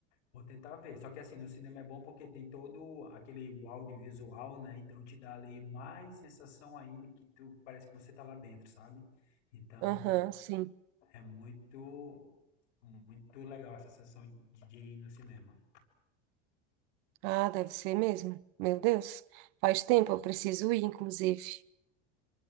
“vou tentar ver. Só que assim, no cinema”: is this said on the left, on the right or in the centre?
Left